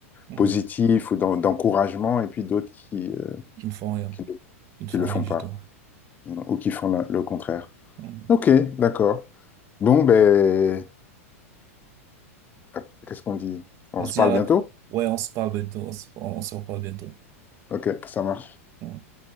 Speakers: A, on the right; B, on the left.
A: Hum.
B: positif
A: hum.
B: ou d'en- d'encouragement, et puis d'autres qui, euh,
A: ils ne font rien
B: qui, le-
A: ils ne
B: qui
A: font
B: le
A: rien
B: font
A: du
B: pas
A: tout
B: ou qui font la- le contraire.
A: Hum.
B: Ok, d'accord. Bon, ben, euh, qu'est-ce qu'on dit? On
A: on se
B: se
A: dit
B: parle
A: à la
B: bientôt?
A: ouais on se parle bientôt on se on se reparle bientôt
B: Ok, ça marche.
A: Ouais.